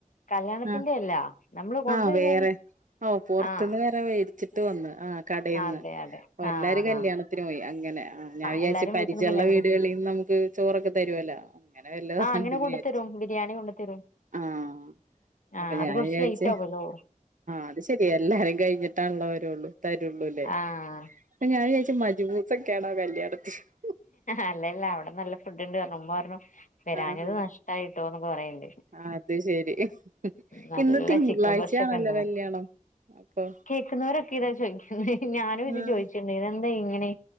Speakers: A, on the left (about 70°); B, on the right (about 70°).
A: കല്യാണത്തിന്റെ
B: ആ
A: അല്ല നമ്മള് ഓർഡർ
B: ആ
A: ചെയ്ത്
B: വേറെ
A: വാങ്ങി
B: പുറത്ത്ന്ന്
A: ആഹ്
B: വരെ വേടി ചുട്ട് വന്ന് ആ കടേന്ന്
A: അതെ അതെ
B: പ്പൊ
A: ആഹ്
B: എല്ലാരും കല്യാണത്തിന്
A: ആഹ്
B: പോയി അങ്ങനെ ആഹ് ഞാൻ വിചാരിച്ച്
A: എല്ലാരും
B: പരിചയുള്ള
A: വീട്ടിന്ന് കല്യാണത്തിന്
B: വീടുകളി നമുക്ക് ചോറൊക്കെ തരുല്ല അങ്ങനെ നമ്മുക്ക് ചോറ്ക്കെ തരുവല്ലോ അങ്ങനെ വല്ലോം
A: ആഹ്
B: ആണ്‌
A: അങ്ങനെ കൊണ്ട്
B: വിചാരിച്ചു
A: തരും ബിരിയാണി കൊണ്ട് തരും
B: ആഹ്
A: ആഹ്
B: അപ്പം
A: അത്
B: ഞാൻ
A: കുറച്ച്
B: വിചാരിച്ചു
A: ലേറ്റ് ആവല്ലോ
B: അത് ശരി എല്ലാരും കഴിഞ്ഞിട്ടാണല്ലോ വരുള്ളൂ തരുള്ളൂല്ലേ
A: ആഹ്
B: അപ്പം ഞാൻ വിചാരിച്ചു മജ്ബൂസക്കാടാ കല്ലിയാണതിനു
A: അല്ല അല്ല അവിടെ നല്ല ഫുഡ്ണ്ട് കാരണം ഉമ്മ പറണം വരാനത്
B: ആഹാ
A: നഷ്ടയിട്ടോ <unintelligible>
B: അത് ശരി
A: നല്ല
B: ഇന്ന് തിങ്കളാഴ്ചയാണല്ലോ
A: ചിക്കൻ പൊരിച്ച ഒക്കെ ഉണ്ടെന്ന്
B: കല്യാണം അപ്പൊ
A: കേൾക്കുന്നവരൊക്കെ ഇതാ ചോദിക്കുന്നത് ഞാനും ഇത്
B: ആഹ്
A: ചോദിച്ചിട്ടുണ്ട് ഇത് എന്താ ഇങ്ങനെ